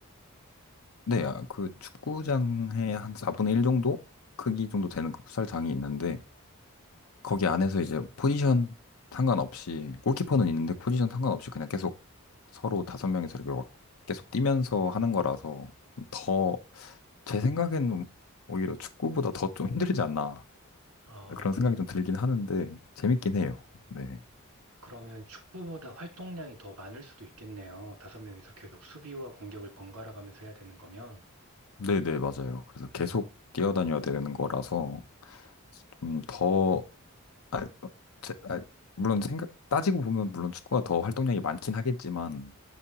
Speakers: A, on the left; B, on the right.
A: 네, 아, 그 축구장에 한 4분의 1 정도 크기 정도 되는 그 풋살장이 있는데 거기 안에서 이제 포지션 상관없이 골키퍼는 있는데 포지션 상관없이 그냥 계속 서로 다섯 명이서 이렇게 막 계속 뛰면서 하는 거라서 더 제 생각에는 오히려 축구보다 더 좀 힘들지 않나
B: 아,
A: 그런
B: 그럼,
A: 생각이 좀 들긴 하는데 재밌긴 해요. 네.
B: 그러면 축구보다 활동량이 더 많을 수도 있겠네요. 다섯 명이서 계속 수비와 공격을 번갈아 가면서 해야 되는 거면.
A: 네네, 맞아요. 그래서 계속 뛰어다녀야 되는 거라서 좀 더, 아, 제, 아, 물론 생각, 따지고 보면 물론 축구가 더 활동량이 많긴 하겠지만